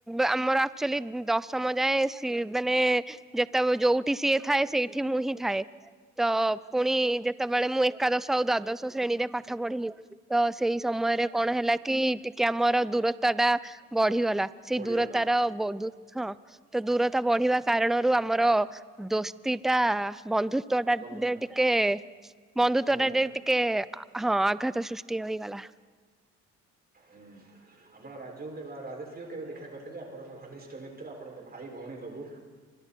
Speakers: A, in the centre; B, on the right (about 30°).
A: ଆମର ଆକଚୁଆଲି ଦଶ ସମ ଯାଏ ସି ମାନେ ଯେତେବେଳେ ଯୋଉଠି ସିଏ ଥାଏ ସେଇଠି ମୁଁ ହିଁ ଥାଏ। ତ ପୁଣି ଯେତେବେଳେ ମୁଁ ଏକାଦଶ ଆଉ ଦ୍ୱାଦଶ ଶ୍ରେଣୀରେ ପାଠ ପଢିଲି ତ ସେଇ ସମୟରେ କ ଣ ହେଲା କି ଟିକେ ଆମର ଦୂରତାଟା ବଢିଗଲା ସେଇ
B: ବଢିଗଲା
A: ଦୂରତାର ବଦୁ ହଁ ତ ଦୂରତା ବଢିବା କାରଣରୁ ଆମର ଦୋସ୍ତିଟା ବନ୍ଧୁତ୍ଵଟା
B: କମିଗଲା
A: ଟିକେ ବନ୍ଧୁତ୍ଵଟା
B: କମିଗଲା।
A: ଟି କେ ହଁ ଆଘାତ ସୃଷ୍ଟି ହୋଇଗଲା।
B: ହୁଁ ଆପଣ ରାଜକୁ କେ ବା ରାଜଶ୍ରୀଙ୍କୁ କେବେ ଦେଖା କରି ଆପଣଙ୍କ ଘନିଷ୍ଠ ମିତ୍ର ଆପଣଙ୍କ ଭାଇ ଭଉଣୀ ସବୁ।